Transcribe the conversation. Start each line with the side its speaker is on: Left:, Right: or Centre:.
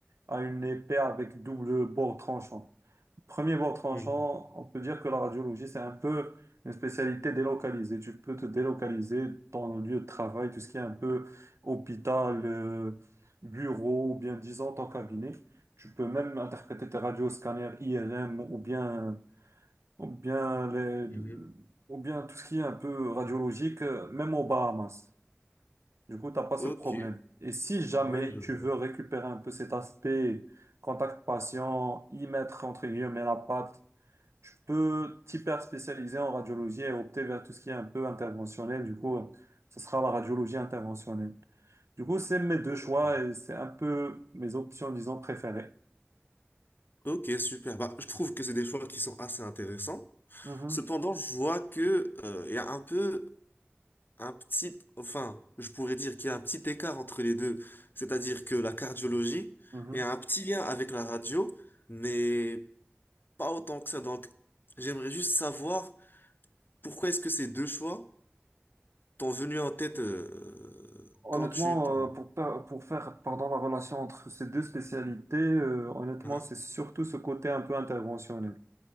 Right: à une épée avec double bord tranchant. Premier bord tranchant,
Left: Mhm,
Right: on peut dire que la radiologie, c'est un peu une spécialité délocalisée. Tu peux te délocaliser dans le lieu de travail, tout ce qui est un peu hôpital, euh, bureau, ou bien disant ton cabinet. Tu peux même interpréter tes radios, scanners, IRM ou bien, ou bien, les-
Left: mhm.
Right: ou bien tout ce qui est un peu radiologique, euh, même aux Bahamas. Du coup, tu n'as pas
Left: Ok,
Right: ce problème. Et si jamais
Left: ouais, je
Right: tu
Left: vois.
Right: veux récupérer un peu cet aspect contact patient, y mettre entre guillemets la patte, tu peux t'hyper spécialiser en radiologie et opter vers tout ce qui est un peu interventionnel. Du coup, euh, ce sera la radiologie interventionnelle. Du coup, c'est mes deux
Left: Ok,
Right: choix et c'est un peu mes options, disons, préférées.
Left: Ok, super. Bah, je trouve que c'est des choix qui sont assez intéressants.
Right: Mhm,
Left: Cependant, je vois que euh, il y a un peu un petit, enfin, je pourrais dire qu'il y a un petit écart entre les deux. C'est-à-dire que la cardiologie,
Right: mhm.
Left: il y a un petit lien avec la radio, mais pas autant que ça. Donc, j'aimerais juste savoir pourquoi est-ce que ces deux choix t'ont venu en tête euh,
Right: Honnêtement,
Left: quand tu te...
Right: euh, pour, pa- pour faire pardon, la relation entre ces deux spécialités, euh, honnêtement,
Left: Hein?
Right: c'est surtout ce côté un peu interventionnel.